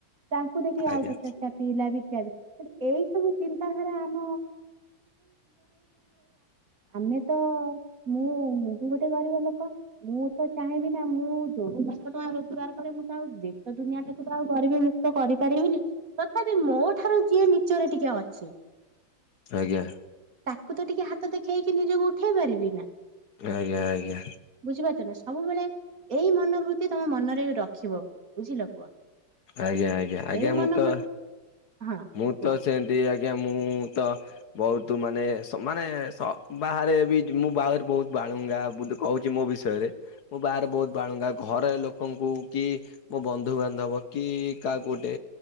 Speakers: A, on the right; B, on the left.
A: ତାଙ୍କୁ ଦେଖି
B: ଆଜ୍ଞା
A: ଆଉ ପଚାଶ ଟା <unintelligible> ଏଇ ସବୁ ଚିନ୍ତାଧାରା ଆମ ଆମେ ତ ମୁଁ ମୁଁ ବି ଗୋଟେ ଗରିବ ଲୋକ ମୁଁ ତ ଚାହିଁବି ନା ମୁଁ ଯୋଉ ଦଶ ଟଙ୍କା ରୋଜଗାର କରେ ମୁଁ ତ ଆଉ ଦେଶ ଦୁନିଆ ଟାକୁ ତ ଆଉ କରିବିନି କରିପାରିବିନି ତଥାପି ମୋ ଠାରୁ ଯିଏ ନିଚରେ ଟିକେ ଅଛି
B: ଆଜ୍ଞା।
A: ତାକୁ ତ ଟିକେ ହାତ ଦେଖେଇକି ନିଜକୁ ଉଠେଇ ପାରିବି ନା।
B: ଆଜ୍ଞା ଆଜ୍ଞା
A: ବୁଝିପାରୁଛ ନା ସବୁବେଳେ ଏଇ ମନୋବୃତ୍ତି ତମ ମନରେ ରଖିବ ବୁଝିଲ ପୁଅ।
B: ଆଜ୍ଞା ଆଜ୍ଞା ଆଜ୍ଞା
A: ଏଇ
B: ମୁଁ
A: ମନୋବୃତ୍ତି
B: ତ
A: ହଁ
B: ମୁଁ
A: କୁହ।
B: ତ ସେମତି ଆଜ୍ଞା ମୁଁ ତ ବୋହୁତ ମାନେ ମାନେ ବାହାରେ ବି ମୁଁ ବାହାରେ ବୋହୁ ବୋହୁତ ବାଳୁଙ୍ଗା କୋହୁଚି ମୋ ବିଷୟରେ ମୁଁ ବାହାରେ ବୋହୁତ ବାଳୁଙ୍ଗା ଘର ଲୋକଙ୍କୁ କି ମୋ ବନ୍ଧୁବାନ୍ଧବ କି କାହା କୋଉଟେ